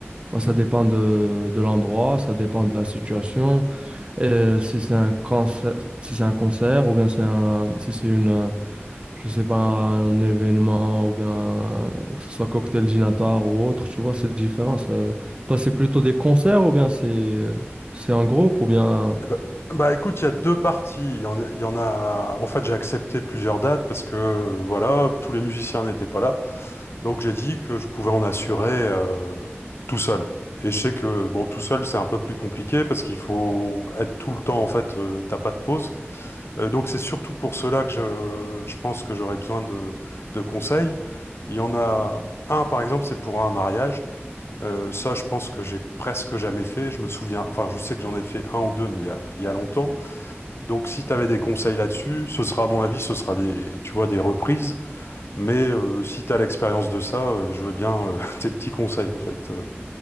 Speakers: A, on the right (about 25°); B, on the left (about 65°).
A: moi, ça dépend de, de l'endroit, ça dépend de la situation, et si c'est un concert, si c'est un concert, ou bien c'est un, si c'est une, euh, je sais pas, un événement, ou bien euh, que ce soit cocktail dînatoire ou autre, tu vois, c'est différent. ça. Toi, c'est plutôt des concerts, ou bien c'est, c'est un groupe, ou bien.
B: Eh ben- bah écoute, il y a deux parties. Il y en, a, il y en a- En fait, j'ai accepté plusieurs dates parce que euh, voilà, tous les musiciens n'étaient pas là. Donc j'ai dit que je pouvais en assurer euh, tout seul. Et je sais que bon, tout seul, c'est un peu plus compliqué parce qu'il faut être tout le temps. En fait, euh, t'as pas de pause. Euh, donc c'est surtout pour cela que je, je pense que j'aurais besoin de, de conseils. Il y en a un, par exemple, c'est pour un mariage. Euh, ça, je pense que j'ai presque jamais fait. Je me souviens. Enfin, je sais que j'en ai fait un ou deux, mais il y a il y a longtemps. Donc si tu avais des conseils là-dessus, ce sera à mon avis, ce sera des, tu vois, des reprises. Mais euh, si tu as l'expérience de ça, euh, je veux bien euh, <laughs> tes petits conseils en fait euh,